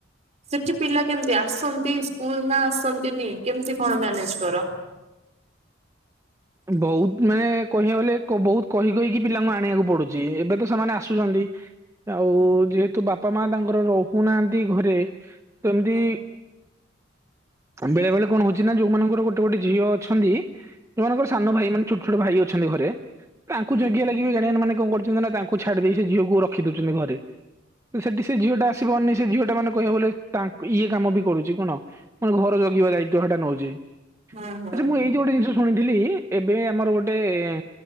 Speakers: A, on the right; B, on the right.
A: ସେଠି ପିଲା କେମିତି ଆସନ୍ତି ସ୍କୁଲ ନା ଆସନ୍ତିନି କେମିତି କଣ ମ୍ୟାନେଜ କର।
B: ବୋହୁତ ମାନେ କହିବାକୁ ଗଲେ କୋ ବୋହୁତ କହି କହିକି ପିଲାଙ୍କୁ ଆ ଣିବାକୁ ପଡୁଚି ଏବେ ତ ସେମାନେ ଆସୁଚନ୍ତି ଆଉ
A: ହୁଁ
B: ଯେହେତୁ ବା ପା, ମା ତାଙ୍କର ରହୁନାହାନ୍ତି ଘରେ ତ ଏମିତି
A: ହୁଁ
B: ବେଳେ ବେଳେ କଣ ହୋଉଚି ନା ଯୋଉମାନଙ୍କର ଗୋଟେ ଗୋଟେ ଝିଅ ଅଛନ୍ତି। ଯୋଉ ମାନଙ୍କର ସାନ ଭାଇ ମାନେ ଛୋଟ ଛୋଟ ଭାଇ ଅଛନ୍ତି ଘରେ ତାଙ୍କୁ
A: ହୁଁ
B: ଜଗିବା ଲାଗି ଆଜି ବି ଗାଡିଆନ ମାନେ କଣ କରୁଚନ୍ତି ନା ତାଙ୍କୁ ଛାଡି ଦେଇ ସେ ଝିଅକୁ ରଖି ଦୋଉଚନ୍ତି ଘରେ। ତ ସେଠି ସେ ଝିଅ ଟା ଆସିପାରୁନି ସେ ଝିଅଟା ମାନେ କହିବାକୁ ଗଲେ ତା ଇଏ କାମ ବି କରୁଚି କନ ମାନେ ଘର ଜଗିବା ଦାୟିତ୍ୱ ହେଟା ନୋଉଚି।
A: ହୁଁ ହୁଁ
B: ଆଚ୍ଛା ମୁଁ ଏଇଠି ଗୋଟେ ଜିନିଷ ମୁଁ ଶୁଣିଥିଲି ଏବେ ଆମର ଗୋଟେ ଏ